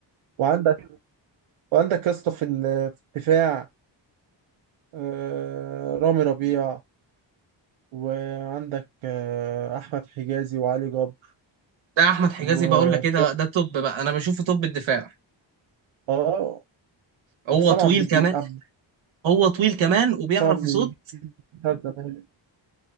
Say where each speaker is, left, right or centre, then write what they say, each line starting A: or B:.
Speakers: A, on the right; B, on the right.
A: وعندك وعندك يا اسطى في ال- في الدفاع آه رامي ربيع وعندك آه احمد حجازي وعلي جبر
B: ده احمد حجازي
A: و
B: بقول لك كده ده توب بقى انا بشوفه توب الدفاع
A: اه
B: هو
A: وحسام
B: طويل
A: عبد المجيد
B: كمان
A: عبد
B: هو طويل كمان وبيعرف
A: حسام عبد
B: يصد
A: المجيد بتاع زمان